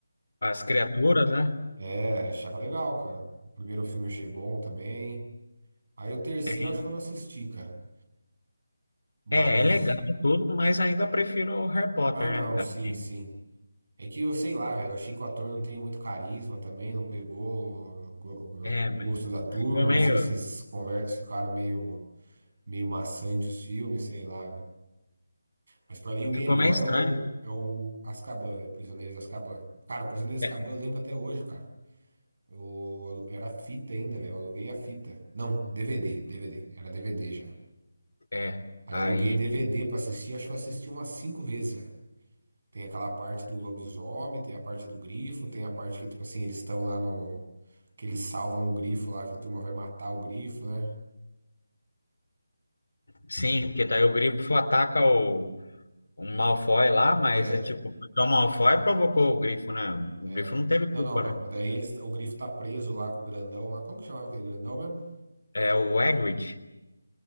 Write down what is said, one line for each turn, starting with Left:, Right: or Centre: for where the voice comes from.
Left: as criaturas, né?
Right: É, achava legal, cara. O primeiro filme achei bom também. Aí o terceiro
Left: É,
Right: acho que eu não assisti, cara. Mas.
Left: é, é legal tudo, mas ainda prefiro o Harry Potter,
Right: Ah, não,
Left: né? Assim,
Right: sim, sim. É que eu sei lá, velho. Eu achei que o ator não tem muito carisma também, não pegou o go-
Left: é,
Right: o gosto da turma.
Left: ficou meio,
Right: Não sei se as conversas ficaram meio, meio maçantes os filmes, sei lá, velho. Mas pra mim o melhor
Left: ficou meio estranho.
Right: é o, é o Azkaban, velho. Prisioneiros de Azkaban. Cara, o Prisioneiros de
Left: É,
Right: Azkaban eu lembro até hoje, cara. Eu, alu- era fita ainda, velho. Eu aluguei a fita. Não, DVD, DVD. Era DVD já.
Left: é.
Right: Aí
Left: Aí,
Right: eu aluguei DVD pra assistir. Acho que eu assisti umas cinco vezes, velho. Tem aquela parte do lobisomem, tem a parte do grifo, tem a parte que, tipo assim, eles estão lá no. Que eles salvam o grifo lá, que a turma vai matar o grifo, né?
Left: sim, porque daí o Grifo ataca o um Malfoy lá, mas
Right: É,
Left: é tipo, porque o Malfoy provocou o Grifo, né? O
Right: é.
Left: Grifo não teve culpa,
Right: Não, não, não.
Left: né?
Right: Mas daí eles, o grifo tá preso lá com o grandão lá. Como que chamava aquele grandão mesmo?
Left: É o Hagrid.